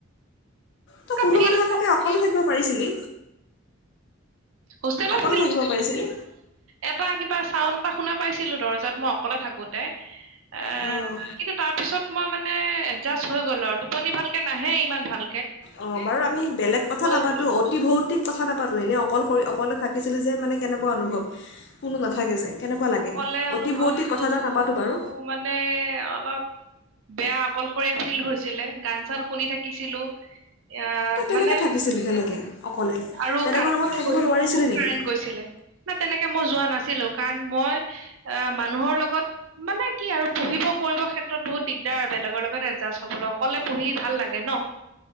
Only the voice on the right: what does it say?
ফিল
<unintelligible>
হোষ্টেলত
এটা কিবা চাউড শুনা পাইছিলো দৰ্জাত মই। অকলে থাকোঁতে। এ
কিন্তু তাৰ পিছত মই মানে। এডজাষ্ট হৈ গ'লো আৰু টোপনি ভালকে নাহে ইমান ভাল।
হৈছিল
অকলে অনুভৱটো
মানে অলপ বেয়া অকলশৰীয়া ফিল হৈছিলে গান চান শুনি থাকি। কিছিলো। এ
মানে
আৰু
কাৰেণ্ট
গৈছিলে
কাৰেণ্ট গৈছিলে না তেনেকে মই যোৱা নাছি। ছিলো কাৰণ মই। এ মানুহৰ লগত মানে কি আৰু পঢ়িব কৰিব ক্ষেত্ৰত বহুত দিগদাৰ বেলেগৰ লগত এডজাষ্ট হবলৈ অকলে পঢ়ি ভাল লাগে নহ।